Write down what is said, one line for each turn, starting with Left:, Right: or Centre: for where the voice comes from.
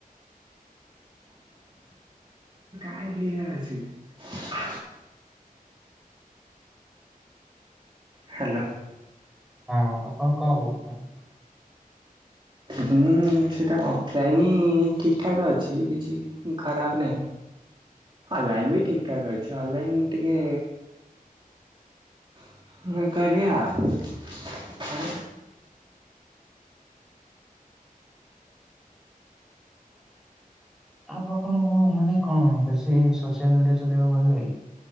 Right: <inaudible> ହାଲୋ।
Centre: ହଁ ଆପଣ କଣ କହୁଛନ୍ତି?
Right: ହୁଁ ସେଟା ଅଫଲାଇନ ହି ଠିକଠାକ ଅଛି କିଛି ଖରାପ ନାହିଁ। ଅନଲାଇନ ବି ଠିକ ଠାକ ଅଛି ଅନଲାଇନ ଟିକେ <unintelligible>
Centre: ଆ ପାଖରେ ମାନେ କଣ ବେଶୀ ସୋସିଆଲ ମିଡିଆ ଚଲେଇବାକୁ ଭଲ ଲାଗେ?